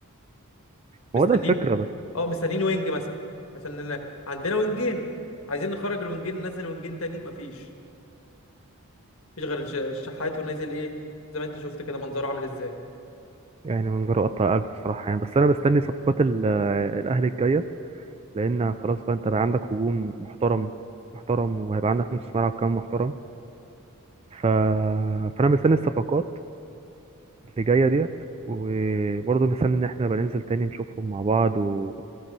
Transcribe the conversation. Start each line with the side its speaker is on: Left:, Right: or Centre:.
Left: مستنين
Right: ما هو ده الفكره بس
Left: اه مستنين وينج مثلا عشان إن- عندنا وينجين عايزين نخرج الوينجين ننزل وينجين تانيين مفيش مفيش غير الش- الشحات ونزل ايه زي ما انت شفت كده منظره عامل ازاي
Right: يعني من غير قطع قلب بصراحه يعني بس انا مستني صفقات ال- الاهلي الجايه لان خلاص بقى انت بقى عندك هجوم محترم محترم وهيبقى عندك نص ملعب كمان محترم ف... فانا مستني الصفقات اللي جايه ديت وبرضه مستني ان احنا نبقى ننزل تاني نشوفهم مع بعض و...